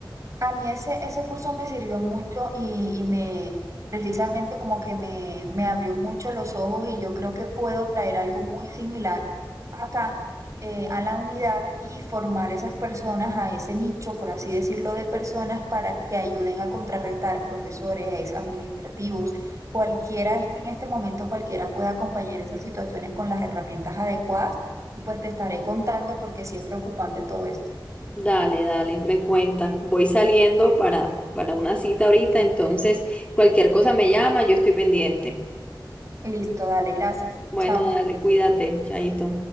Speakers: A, on the right (about 40°); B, on the left (about 15°).
A: A mí ese, ese curso me sirvió mucho y, y me, precisamente como que me, me abrió mucho los ojos y yo creo que puedo traer algo muy similar acá eh, a la unidad y formar esas personas a ese nicho, por así decirlo, de personas para que ayuden a contrarrestar profesores, administrativos, cualquiera, es que en este momento cualquiera pueda acompañar esas situaciones con las herramientas adecuadas y pues te estaré contando porque sí es preocupante todo esto.
B: dale, dale, me cuenta, voy saliendo para, para una cita ahorita, entonces cualquier cosa me llama, yo estoy pendiente.
A: Listo, dale, gracias.
B: Bueno,
A: Chao.
B: dale, cuídate, chaito.